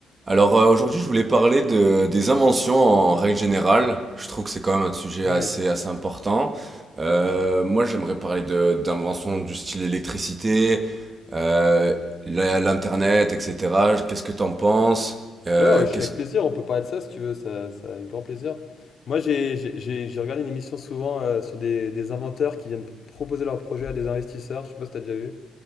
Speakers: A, on the right; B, on the left.
A: Alors euh, aujourd'hui, je voulais parler de- des inventions en règle générale. Je trouve que c'est quand même un sujet
B: Ouais,
A: assez, assez important. Euh, moi, j'aimerais parler de, d'inventions du style électricité, euh, la- l'Internet, etc. Qu'est-ce que t'en penses? Euh,
B: ouais, ouais, je suis
A: qu'est-ce...
B: avec plaisir, on peut parler de ça si tu veux, ça, ça avec grand plaisir. Moi, j'ai j'ai- j'ai- j'ai regardé une émission souvent euh, sur des, des inventeurs qui viennent proposer leurs projets à des investisseurs, je sais pas si t'as déjà vu,